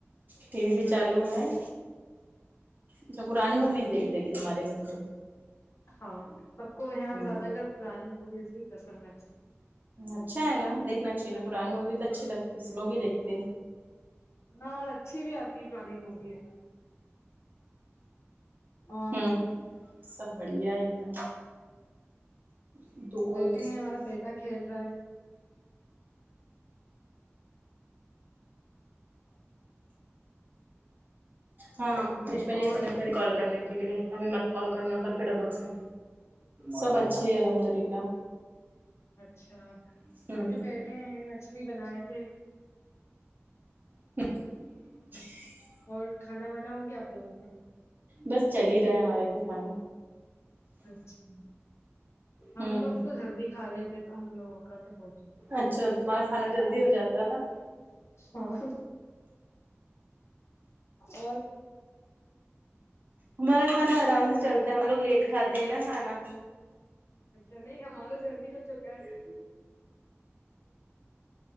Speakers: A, on the right; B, on the left.
A: ٹی وی بھی
B: پرانی
A: چالو ہوا
B: مووی
A: ہے اچھا پرانی
B: ہاں
A: مویزیک رہے ہیں کیا تمہارے گھر پہ
B: ہاں سب کو یہاں
A: ہوں
B: زیادہ کر پرانی موویز بھی پسند ہے
A: اچھا ہے ناں دیکھنا چاہیے ناں پرانی مووی تو اچھی لگتی ہم لوگ بھی دیکھتے
B: ہاں اور اچھی بھی آتی ہے پرانی مووی ہے اور
A: ہوں سب بڑھیا ایک دم دو کال
B: بیٹھے
A: ویسٹ
B: ہیں ہمارا
A: ہوئی۔
B: بیٹا کھیل رہا ہے
A: ہاں کشما جی
B: اور
A: نے منع کری کال کرنے کے لیے ابھی مت کال کرنا کرکے ڈبل سے سب اچھے ہے الحمد للہ
B: اچھا
A: ہوں
B: ہم بھی بیٹھے ہیں مچھلی بنائے تھے
A: <unintelligible>
B: اور کھانا وانا ہو گیا آپ لوگوں کا
A: بس چل ہی رہا ہے ہمارے بھی کھانا
B: اچھا ہم
A: ہوں
B: لوگ تو ہیلدی کھالیتے تو ہم لوگوں کا تو ہوت
A: اچھا تمہارا کھانا جلدی ہوجاتا ہے ناں
B: ہاں اور
A: ہمارا کھانا آرام سے
B: ہمارے
A: چلتا ہے ہم لوگ لیٹ کھاتے ہیں ناں کھانا
B: اچھا نہیں ہمارا جلدی ہوچکا ہے
A: <unintelligible>